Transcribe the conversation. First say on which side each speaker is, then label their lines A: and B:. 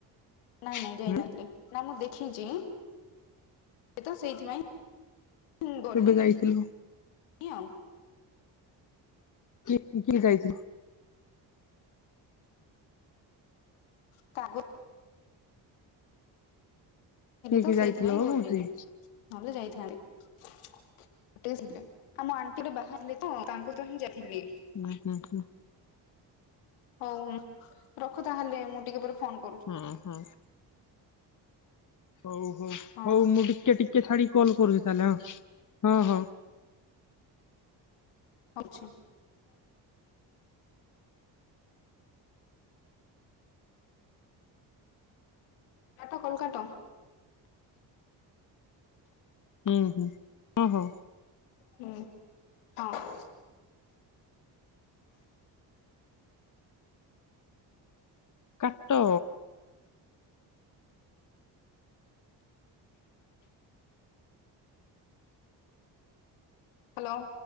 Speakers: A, on the left; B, on the left.
A: ନାଇଁ ନାଇଁ
B: ହଁ
A: ଯାଇନଥିଲି ନା ମୁଁ ଦେଖିଛି ତ ସେଇଥିପାଇଁ ଗଲିିନି
B: କେବେ ଯାଇଥିଲ?
A: ଆଉ
B: କି କିଏ ଯାଇଥିଲ?
A: କା <unintelligible>
B: କିଏ କିଏ
A: ତ ସେଇଥିପାଇଁ
B: ଯାଇଥିଲ କହୁଛି।
A: ଗଲିନି ନହେଲେ ଯାଇଥାନ୍ତି। ଥିଲେ ଆଉମ ଆଣ୍ଟିରେ ବାହାରିଲେ ତ ତାଙ୍କୁ ତ ହିଁ ଯାଇଥିଲି।
B: ହୁଁ ହୁଁ ହୁଁ।
A: ହଉ ରଖୁ ତାହେଲେ ମୁଁ ଟିକେ ପରେ ଫୋନ କର।
B: ହଁ ହଁ ହଉ ହଉ
A: ହଁ
B: ହଉ ମୁଁ ଟିକେ ଟିକେ। କେ ଛାଡି କଲ୍ କରୁଛି ତାହେଲେଁ ହଁ ହଁ।
A: ଅଛି କାଟ କଲ୍ କାଟ
B: ହୁଁ ହୁଁ ହଁ ହୋ।
A: ହୁଁ ହଁ।
B: କାଟ
A: ହ୍ୟାଲୋ।